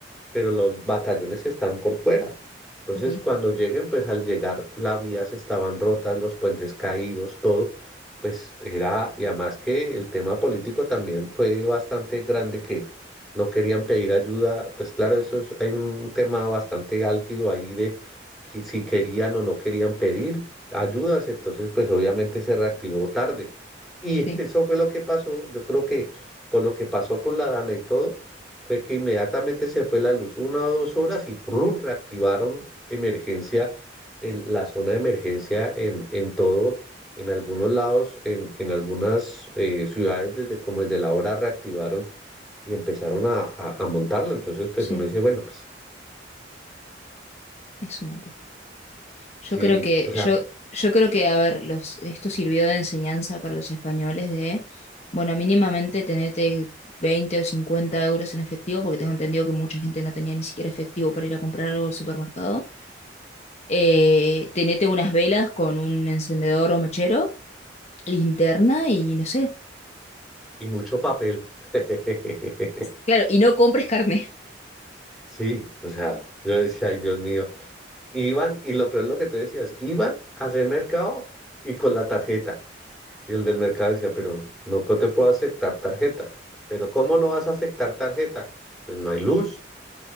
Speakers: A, in the centre; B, on the left.
A: pero los batallones están por fuera. Entonces,
B: ok,
A: cuando lleguen, pues al llegar, las vías estaban rotas, los puentes caídos, todo, pues era, y además que el tema político también fue bastante grande que no querían pedir ayuda, pues claro, eso es, hay un tema bastante álgido ahí de que si querían o no querían pedir ayudas, entonces pues obviamente se reactivó tarde. Y
B: sí,
A: <laughs> eso fue lo que pasó, yo creo que por lo que pasó con la Dana y todo, fue que inmediatamente se fue la luz, una o dos horas y ¡prum! reactivaron emergencia, en la zona de emergencia en, en todo, en algunos lados, en, en algunas eh, ciudades, desde como desde la hora reactivaron y empezaron a, a, a montarla. Entonces, pues
B: sí,
A: uno dice, bueno, pues
B: es un montón. Yo
A: sí,
B: creo que,
A: o sea,
B: yo, yo creo que, a ver, los, esto sirvió de enseñanza para los españoles de, bueno, mínimamente tenete 20 o 50 euros en efectivo, porque tengo entendido que mucha gente no tenía ni siquiera efectivo para ir a comprar algo al supermercado. eh, tenete unas velas con un encendedor o mechero, linterna y no sé.
A: y mucho papel. <laughs>
B: Claro, y no compres carne.
A: Sí, o sea, yo decía, ay, Dios mío. Iban, y lo peor es lo que tú decías, iban a hacer mercado y con la tarjeta. Y el del mercado decía, pero no pu- te puedo aceptar tarjeta. ¿Pero cómo no vas a aceptar tarjeta? Pues no hay luz.